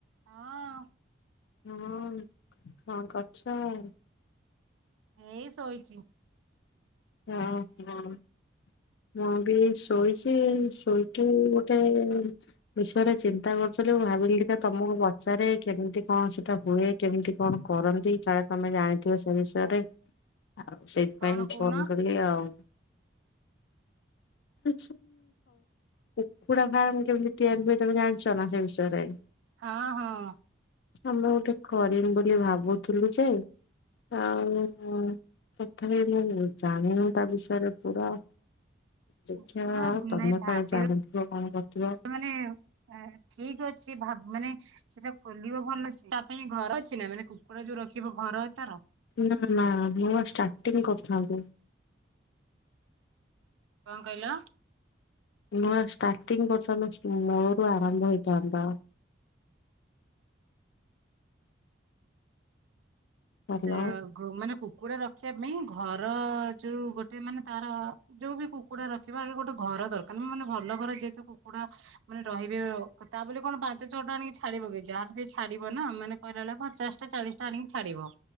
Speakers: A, on the right (about 80°); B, on the left (about 65°).
A: ହଁ।
B: ହଁ ହଁ କଣ କରୁଚ?
A: ଏଇ ଶୋଇଚି।
B: ହଁ ହଁ। ମୁଁ ବି ଶୋଇଚି ଶୋଇକି ଗୋଟେ ବିଷୟରେ ଚିନ୍ତା କରୁଥିଲି। ମୁଁ ଭାବିଲିକା ତମକୁ ପଚାରେ କେମିତି କଣ ସେଟା ହୁଏ କେମିତି କଣ କରନ୍ତି କାଳେ ତମେ ଜାଣିଥିବ ସେ ବିଷୟରେ। ଆଉ ସେଇଥିପାଇଁ
A: କଣ କହୁନ
B: କଲ କଲିି ଆଉ। ଆ କୁକୁଡା ଫାମ କେମିତି ତିଆରି ହୁଏ ତମେ ଜାଣିଛ ନା ସେ ବିଷୟରେ?
A: ହଁ ହଁ।
B: ଆମେ ଗୋଟେ କରିମୁଁ ବୋଲି ଭାବୁଥିଲୁ ଯେ ଆଉ ତଥାପି ମୁଁ ଜାଣିନୁ ତା ବିଷୟରେ ପୁରା ଦେଖିବା
A: କୁକୁଡା
B: ତମେ
A: ନାଇଁ ଭାବ
B: କାଳେ ଜାଣିଥିବ
A: ର
B: କଣ କରିଥିବ।
A: ମାନେ ଠିକ ଅଛି ଭାବ ମାନେ ସେଇଟା ଖୋଲିବ ଭଲ ତା ପାଇଁ ଘର ଅଛି ନା ମାନେ କୁକୁଡା ଯୋଉ ରଖିବ ଘର ଅଛି ତାର?
B: ନା ନା ମୁଁ ଷ୍ଟାର୍ଟିଂ କରିଥାନ୍ତି।
A: କଣ କହିଲ?
B: ନୂଆ ଷ୍ଟାର୍ଟିଂ କଥା ମୂଳରୁ ଆରମ୍ଭ ହେଇଥାନ୍ତା। ଭଲ।
A: ତ ମାନେ କୁକୁଡା ରଖିବା ପାଇଁ ଘର ଯୋଉ ଗୋଟେ ମାନେ ତାର ଯୋଉ ବି କୁକୁଡା ରଖିବ ଆଗେ ଗୋଟେ ଘର ଦରକାର ନା ମାନେ ଭଲ ଘର ଯେହେତୁ କୁକୁଡା ମାନେ ରହିବେ ତା ବୋଲି କଣ ପାଞ୍ଚ ଛଅଟା ଆଣିକି ଛାଡିବ କି ଯାହାର ବି ଛାଡିବ ନା ମାନେ କହିଲା ବେଳେ ପଚାଶଟା ଚାଳିଶ ଟା ଆଣିକି ଛାଡିବ।